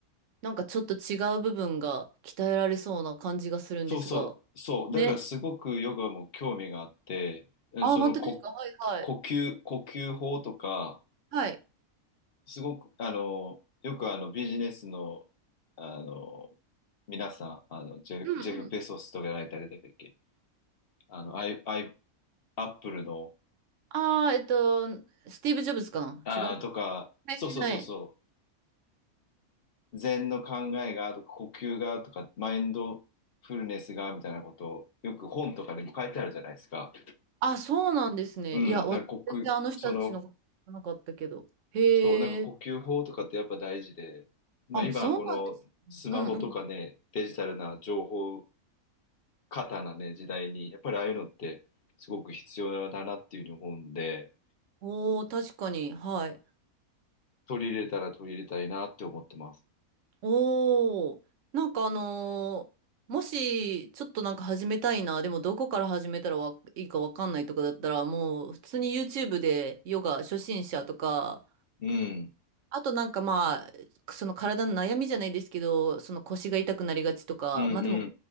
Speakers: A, on the right; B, on the left.
A: なんかちょっと違う部分が鍛えられそうな感じがするんですが。
B: そうそう、そう。
A: ね。
B: だからすごくヨガも興味があって、うんそのこ、
A: あ、本当ですかはいはい。
B: 呼吸、呼吸法とか、
A: はい。
B: すごく、あの、よくあのビジネスの、あの、皆さん、あの、ジェフ、
A: うんうん。
B: ジェフ・ベソスとかやられたりだっけあの、アイ、アイ、アップルの、
A: ああ、えっと、スティーブ・ジョブズかな違うは
B: あーとか、そうそうそうそう。
A: いはいはい。
B: 禅の考えがとか呼吸がとかマインドフルネスがみたいなことをよく本とかでも書いてあるじゃないですか。
A: あ、そうなんですね。
B: うん。
A: いや、わ全然あの人たちのこと知らなかったけど。
B: だから呼吸、その、
A: へえ。
B: そう、なんか呼吸法とかってやっぱ大事で、まあ今このスマホとかね、
A: あ、そうなんです。うんうん。
B: デジタルな情報過多なね、時代に、やっぱりああいうのってすごく必要だなっていうふうに思うんで、
A: おー、確かに。はい。
B: 取り入れたら取り入れたいなって思ってます。
A: おー、なんかあのーもし、ちょっとなんか始めたいな、でもどこから始めたらわいいかわかんないとかだったら、もう普通に YouTube でヨガ初心者とか、
B: うん。
A: あとなんかまあ、その体の悩みじゃないですけど、その腰が痛くなりがちとか、
B: うんうんう
A: まあでも、